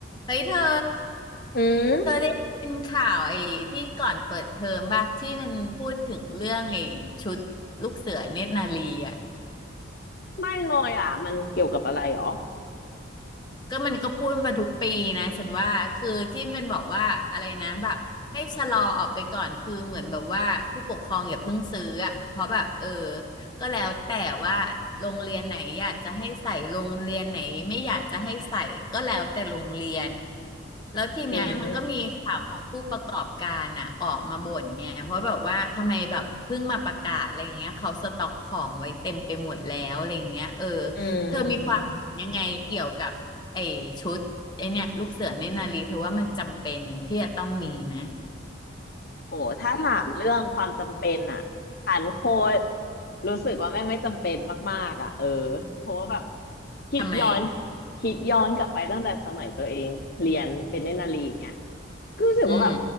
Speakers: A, on the left; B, on the left.
A: เฮ้ยเธอ
B: อืม
A: เธอได้ยินข่าวไอ้ที่ก่อนเปิดเทอมป่ะที่มันพูดถึงเรื่องไอ้ชุดลูกเสือเนตรนารีอ่ะ
B: ไม่เลยอ่ะมันเกี่ยวกับอะไรหรอ
A: ก็มันก็พูดมาทุกปีนะฉันว่าคือที่มันบอกว่าอะไรนะแบบให้ชะลอออกไปก่อนคือเหมือนแบบว่าผู้ปกครองอย่าเพิ่งซื้ออ่ะเพราะแบบเออก็แล้วแต่ว่าโรงเรียนไหนอยากจะให้ใส่โรงเรียนไหนไม่อยากจะให้ใส่ก็แล้วแต่โรงเรียนแล้วทีเนี้ยมันก็มีข่าวของผู้ประกอบการอ่ะออกมาบ่นเนี่ยเพราะแบบว่าทำไมแบบเพิ่งมาประกาศอะไรอย่างเงี้ยเขาสต็อกของไว้เต็มไปหมดแล้วอะไรอย่างเงี้ยเออ
B: อืมอืม
A: เธอมีความเห็นยังไงเกี่ยวกับ ไอชุดไอเนี่ยลูกเสือเนตยนารีเธอว่ามันจำเป็นที่จะต้องมีไหม
B: โอ้ถ้าถามเรื่องความจำเป็นอะผันโคตรรู้สึกว่าแม่งไม่จำเป็นมากๆอะเออเพราะว่าแบบคิดย้อน
A: ทำไม
B: คิดย้อนกลับไปตั้งแต่สมัยตัวเองเรียนเป็นเนตรนารีอย่างเงี้ยก็รู้สึกว่าแบบ
A: อืม